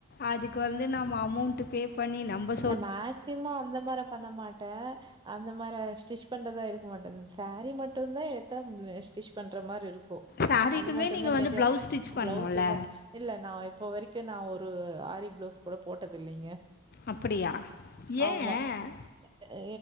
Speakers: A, on the left; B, on the right.
A: அதுக்கு வந்து நம்ம அமௌண்ட் பே பண்ணி நம்ப
B: நா மேக்சிமம்மா அந்த மாரி பண்ண மாட்டே அந்த மாரி ஸ்டிச் பண்றதா எடுக்க மாட்ட சாரீ மட் மட்டு்தா எடுத்த ஸ்டிச் பண்ற மாரி இருக்கு
A: ஸாரீக்குமே
B: அது மட்டு
A: நீங்கள்
B: தா
A: வந்து
B: மெஜா
A: ப்ளவுஸ் ஸ்டிச் பண்ணணும்ல
B: பிளவுஸுதா இல்ல நா இப்போ வரைக்கு நா ஒரு ஆரி பிளவுஸ் கூட போட்டது இல்லைங்க
A: அப்படியா
B: ஆமா
A: ஏன்
B: அ